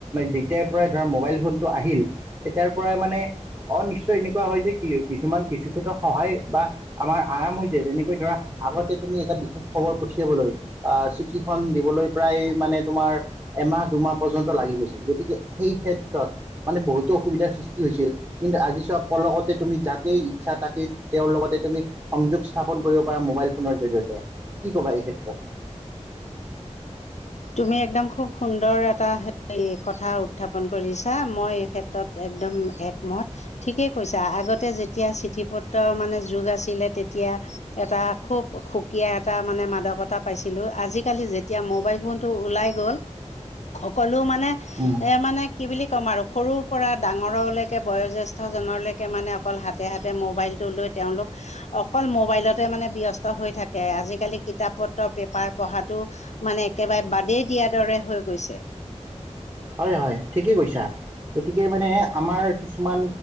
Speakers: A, on the right; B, on the left.
A: যেতিয়াৰ পৰাই ধৰা মোবাইল ফোনটো আহিল তেতিয়াৰ পৰাই মানে- অ' নিশ্চয় এনেকুৱা হয় যে, কি কিছুমান কিছু ক্ষেত্ৰত সহায় বা- আমাৰ আৰাম যেনেকৈ ধৰা, আগতে তুমি এটা বিশেষ খবৰ পঠিয়াবলৈ- আহ চিঠিখন দিবলৈ প্ৰায় মানে তোমাৰ- এমাহ দুমাহ পৰ্যন্ত লাগি গৈছিল, গতিকে সেই ক্ষেত্ৰত- মানে বহুতো অসুবিধাৰ সৃষ্টি হৈছিল। কিন্তু আজি চব পলকতে তুমি যাক- কেই ইচ্ছা তাকেই তেওঁৰ লগতে তুমি সংযোগ স্থাপন কৰিব পাৰা মোবাইল ফোনৰ জৰিয়তে। কি ক'বা এই ক্ষেত্ৰত?
B: তুমি একদম খুব সুন্দৰ এটা হেই কথা উত্থাপন কৰিছা, মই এই ক্ষেত্ৰত- একদম একমত। ঠিকেই কৈছা, আগতে যেতিয়া চিঠি পত্ৰৰ মানে যুগ আছিলে তেতিয়া- এটা খুব সুকীয়া এটা মানে মাদকতা পাইছিলো। আজিকালি যেতিয়া মোবাইল ফোন- টো ওলাই গ'ল, সকলো মানে
A: উম,
B: এ মানে- কি বুলি ক'ম আৰু? সৰুৰ পৰা ডাঙৰলেকে বয়োজেস্ঠজনলেকে মানে অকল হাতে হাতে মোবাইলটো লৈ- তেওঁলোক- অকল মোবাইলতে মানে ব্যস্ত হৈ থাকে আজিকালি কিতাপ পত্ৰ পেপাৰ পঢ়াতো- মানে একেবাৰে বাদেই দিয়াৰ দৰে হৈ গৈছে।
A: হয়, হয়, ঠিকেই কৈছা, গতিকে মানে আমাৰ কিছুমান